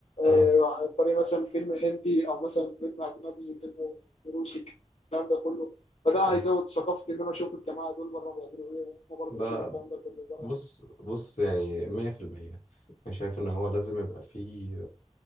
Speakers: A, on the left; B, on the left.
A: اه
B: آه، عن طريق مثلا فيلم هندي او مثلا فيلم اجنبي فيلم روسي الكلام ده كله فده هيزود
A: اه
B: ثقافتي ان انا اشوف الجماعه دول بره بيعملوا ايه وهم برضه
A: ده
B: نشوف الكلام ده كله بره
A: بص بص يعني مية في المية أنا شايف إن هو لازم يبقى فيه